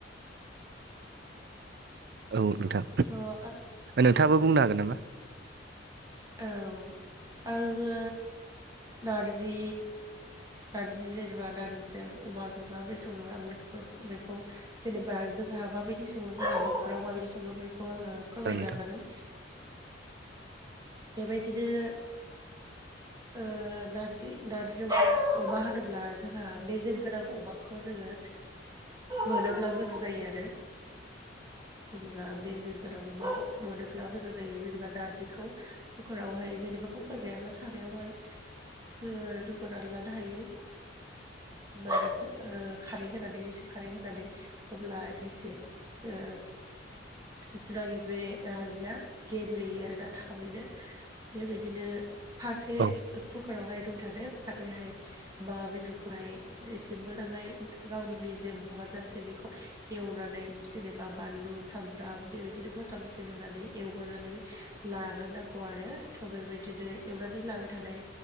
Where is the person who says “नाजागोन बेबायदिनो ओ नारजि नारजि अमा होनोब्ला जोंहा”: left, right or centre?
Right